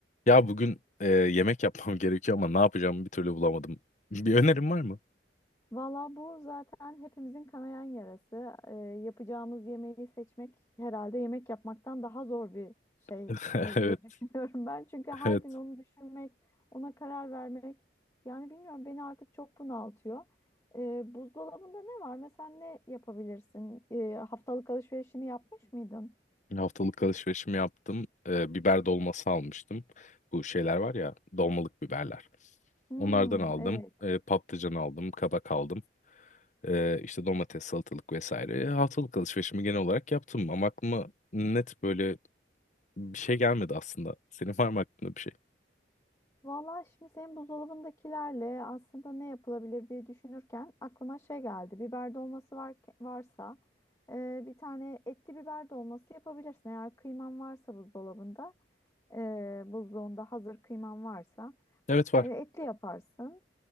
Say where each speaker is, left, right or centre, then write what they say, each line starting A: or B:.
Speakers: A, on the left; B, on the left.
A: Ya bugün e, yemek yapmam <laughs> gerekiyor ama ne yapacağımı bir türlü bulamadım. Bir önerim var mı?
B: Valla bu zaten hepimizin kanayan yarası. Ee, yapacağımız yemeği seçmek herhalde yemek yapmaktan daha zor bir şey
A: <laughs>
B: e,
A: Evet,
B: diye <laughs> düşünüyorum ben. Çünkü her
A: evet.
B: gün onu düşünmek, ona karar vermek yani bilmiyorum beni artık çok bunaltıyor. Ee, buzdolabında ne var? Mesela ne yapabilirsin? Ee, haftalık alışverişini yapmış mıydın?
A: Haftalık alışverişimi yaptım. E, biber dolması almıştım. Bu şeyler var ya, dolmalık biberler.
B: Hmm,
A: Onlardan aldım.
B: evet.
A: E, patlıcan aldım, kabak aldım. E, işte domates, salatalık vesaire. Haftalık alışverişimi genel olarak yaptım ama aklıma net böyle bir şey gelmedi aslında. Senin var mı aklında bir şey?
B: Vallahi şimdi senin buzdolabındakilerle aslında ne yapılabilir diye düşünürken aklıma şey geldi. Biber dolması var, varsa e, bir tane etli biber dolması yapabilirsin. Eğer kıyman varsa buzdolabında, e, buzluğunda hazır kıyman varsa
A: Evet var.
B: e, etli yaparsın.